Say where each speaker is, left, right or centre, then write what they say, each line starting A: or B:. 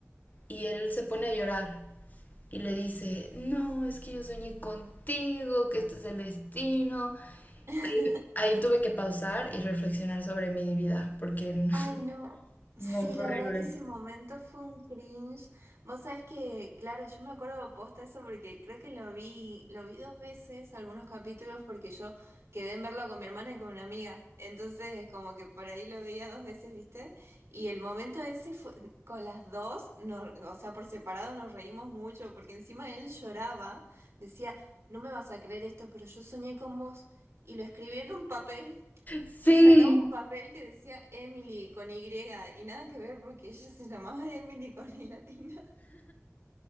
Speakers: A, on the left (about 35°); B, on the right (about 60°).
A: y él se pone a llorar y le dice, no, es que yo soñé contigo, que este es el destino.
B: <laughs>
A: Ahí, ahí tuve que pausar y reflexionar sobre mi vida, porque <laughs>
B: Ay, no. Sí,
A: no, fue
B: la
A: horrible.
B: verdad que ese momento fue un cringe. Vos sabés que, claro, yo me acuerdo posta eso porque creo que lo vi, lo vi dos veces, algunos capítulos, porque yo quedé en verlo con mi hermana y con una amiga. Entonces, como que por ahí lo veía dos veces, ¿viste? Y el momento ese fue, con las dos, no, o sea, por separado nos reímos mucho, porque encima él lloraba, decía, no me vas a creer esto, pero yo soñé con vos. Y lo escribí en un papel.
A: Sí,
B: Y sacaba un papel que decía Emily con Y y nada que ver porque ella se llamaba Emily con Y latina.